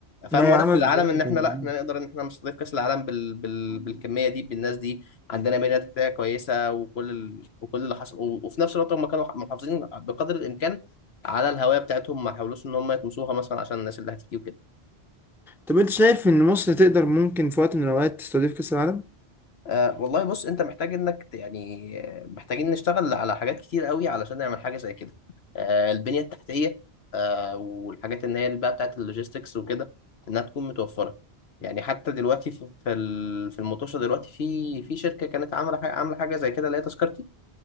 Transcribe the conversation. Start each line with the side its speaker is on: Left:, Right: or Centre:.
Left: فاهم
Centre: لا
Left: واضح
Centre: يا عمل
Left: في العالم
Centre: بصراحة
Left: ان احنا
Centre: كان
Left: لا
Centre: جميل.
Left: احنا نقدر ان احنا نستضيف كاس العالم بال... بال... بالكميه دي بالناس دي عندنا بنيه تحتيه كويسه وكل ال... وكل اللي حصل و... وفي نفس الوقت هم كانوا محافظين بقدر الامكان على الهويه بتاعتهم ما حاولوش ان هم يطمسوها مثلا عشان الناس اللي هتيجي وكده
Centre: طب انت شايف ان مصر تقدر ممكن في وقت من الاوقات تستضيف كأس العالم؟
Left: أه والله بص انت محتاج انك ت- يعني آه، محتاجين نشتغل على حاجات كتير قوي علشان نعمل حاجه زي كده أه البنيه التحتيه أه والحاجات اللي هي اللي بقى بتاعت اللوجيستكس وكده انها تكون متوفره يعني حتى دلوقتي في في ال- في المطوشه دلوقتي في في شركه كانت عامله حاجه عامله حاجه زي كده اللي هي تذكرتي